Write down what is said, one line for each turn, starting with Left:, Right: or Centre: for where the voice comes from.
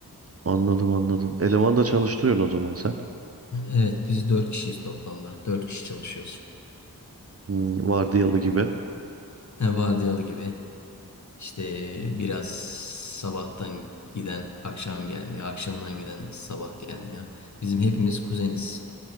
Right: Anladım anladım. Eleman da çalıştırıyorsun o zaman sen.
Left: Evet biz 4 kişiyiz toplamda. dört kişi çalışıyoruz.
Right: Hmm, vardiyalı gibi.
Left: He, vardiyalı gibi. İşte biraz sabahtan giden akşam gelmiyor. Akşamdan giden sabah gelmiyor. Bizim hepimiz kuzeniz.